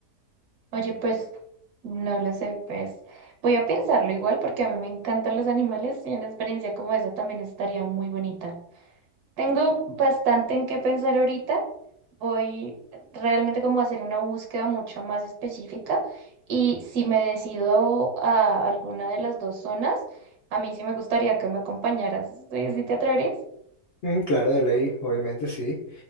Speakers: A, on the right (about 80°); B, on the left (about 65°).
A: Oye, pues, no lo sé, pues voy a pensarlo igual porque a mí me encantan los animales y una experiencia como esa también estaría muy bonita. Tengo bastante en qué pensar ahorita. Voy realmente como a hacer una búsqueda mucho más específica y si me decido a alguna de las dos zonas, a mí sí me gustaría que me acompañaras. ¿Sí, sí te atreverías?
B: Mm, claro, de ley, obviamente sí.